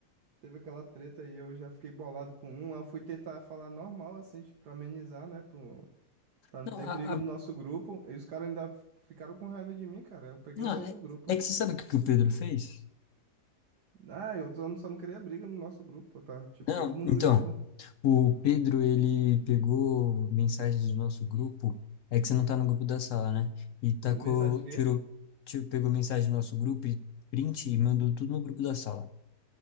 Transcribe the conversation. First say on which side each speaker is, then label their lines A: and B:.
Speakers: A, on the right; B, on the left.
A: Teve aquela treta e eu já fiquei bolado com um. Aí eu fui tentar falar normal, assim, tipo, pra amenizar, né? Pro... Pra não
B: Não,
A: ter
B: a,
A: briga
B: a-
A: no nosso grupo. E os caras ainda f- ficaram com raiva de mim, cara. Eu peguei
B: não
A: e saí
B: é,
A: do grupo.
B: é que você sabe o que, que o Pedro fez?
A: Ah, eu só não só não queria briga no nosso grupo, tá? Tipo,
B: Não,
A: todo mundo
B: então,
A: unido.
B: o Pedro, ele pegou mensagens do nosso grupo. É que você não tá no grupo da sala, né? E tacou,
A: Mensagem de quê?
B: tirou, tirou, pegou mensagem do nosso grupo e print e mandou tudo no grupo da sala.